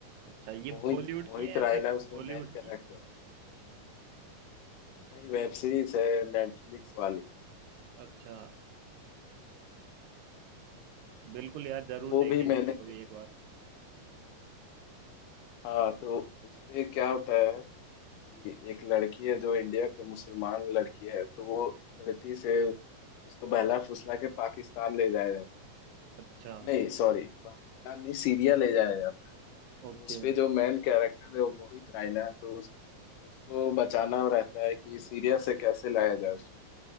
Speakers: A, on the right; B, on the left.
A: अच्छा ये
B: मोहित
A: बॉलीवुड
B: मोहित
A: की है या
B: रायना
A: फिर
B: उसमें
A: बॉलीवुड
B: मेन कैरेक्टर
A: की है
B: वही वेब सीरीज है नेटफ्लिक्स वाली
A: अच्छा बिल्कुल यार जरूर
B: तो वो
A: देखेंगे
B: भी मैंने
A: इसको
B: देख
A: भी एक बार
B: हाँ तो उसपे क्या होता है कि एक लड़की है जो इंडिया के मुसलमान लड़की है तो वो गलती से उसको बहला फुसला के पाकिस्तान ले जाया जाता है
A: अच्छा
B: नहीं सॉरी पाकिस्तानी सीरिया ले जाया जाता है
A: ओके
B: तो उसपे जो मेन कैरेक्टर है वो मोहित रायना है तो उस, उसको बचाना रहता है कि सीरिया से कैसे लाया जाए उसको